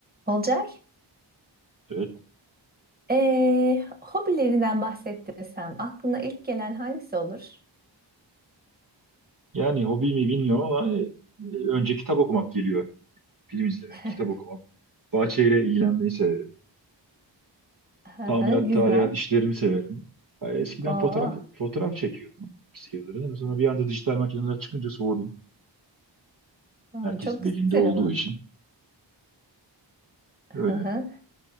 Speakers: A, on the right (about 20°); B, on the right (about 45°).
A: Olcay,
B: Evet.
A: ee, hobilerinden bahset desem aklına ilk gelen hangisi olur?
B: Yani hobi mi bilmiyorum ama e, önce kitap okumak geliyor. Film izlemek,
A: <laughs>
B: kitap okumak. Bahçeyle ilgilenmeyi severim.
A: Hı
B: Tamirat,
A: Güzel.
B: tadilat işlerini severim. Ya Eskiden
A: Oo,
B: fotoğraf fotoğraf çekiyordum sayıları. Sonra bir anda dijital makineler çıkınca soğudum.
A: aa,
B: Herkesin
A: çok
B: elinde
A: güzel
B: olduğu
A: ama.
B: için. Öyle.
A: Hı